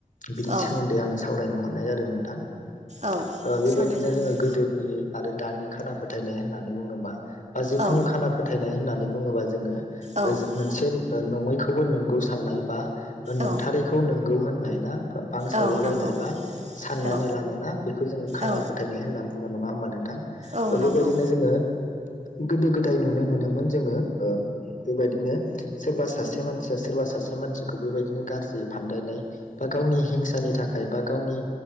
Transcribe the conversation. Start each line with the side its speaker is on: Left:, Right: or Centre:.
Left: बिनि
Right: औ
Left: सोमोन्दै आङो सावरायनो हरनाय जादों नोंथां। ओ
Right: औ
Left: बेबायदिनो
Right: सावरायजागोन
Left: जोङो
Right: दे
Left: गोदोनि आरो दानि खाना फोथायनाय होननानै बुङोबा बा जिखुनु
Right: औ
Left: खाना फोथायनाय होननानै बुङोबा जोङो
Right: औ
Left: ओ जो मोनसेन नङैखौबो नंगौ साननाय बा नंथारैखौ
Right: औ
Left: नोंगौ होननाय ना बांसावलाबायनाय
Right: औ नंगौ
Left: बा साननानै
Right: औ
Left: लानाय ना बेखौ जोङो खाना
Right: औ
Left: फोथायनाय होननानै बु नङा होनबा नोंथां
Right: औ
Left: बेबायदिनो
Right: नंगौ
Left: जोङो गोदो गोदाय नुनो मो नोमोन जोङो बेबायदिनो सोरबा सासे मानसिया सोरबा सासे मानसिखौ बेबायदिनो गाज्रि फानदायनाय बा गावनि हिंसानि थाखाय बा गावनि